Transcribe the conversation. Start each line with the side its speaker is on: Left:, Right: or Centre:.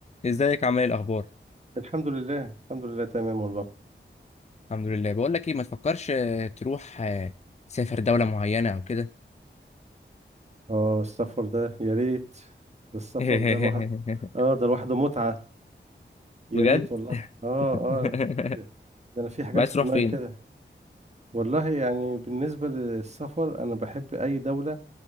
Left: ازيك عامل ايه الاخبار
Right: الحمد لله الحمد لله تمام والله
Left: الحمد لله بقول لك ايه ما تفكرش آه، تروح آه، تسافر دولة معينة او كده
Right: اه السفر ده يا ريت ده السفر
Left: <laughs>
Right: ده الواحد اه ده لوحده متعة يا
Left: بجد
Right: ريت والله اه
Left: <laughs>
Right: اه ده انا في حاجات
Left: طب عايز
Right: في
Left: تروح
Right: دماغي
Left: فين
Right: كده والله يعني بالنسبة للسفر انا بحب اي دولة